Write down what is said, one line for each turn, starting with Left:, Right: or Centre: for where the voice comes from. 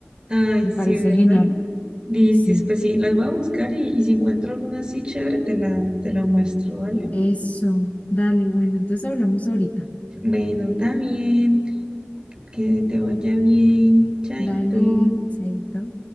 Right: Ay,
Left: me
Right: sí,
Left: parece
Right: ¿verdad?
Left: genial.
Right: Listis,
Left: Sí,
Right: pues sí, las voy a buscar y, y si encuentro alguna así chévere, te la, te la muestro, ¿vale?
Left: eso, dale, bueno, entonces hablamos ahorita.
Right: Bueno, está bien. Que te vaya bien. Chaito.
Left: Dale, chaito.